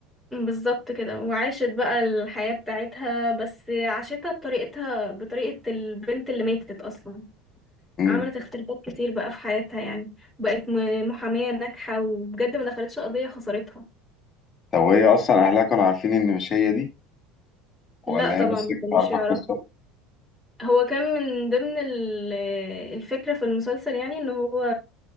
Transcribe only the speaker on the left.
امم
طب وهي اصلا اهلها كانوا عارفين ان مش هي دي
ولا
هي بس
كانت
عارفة
القصة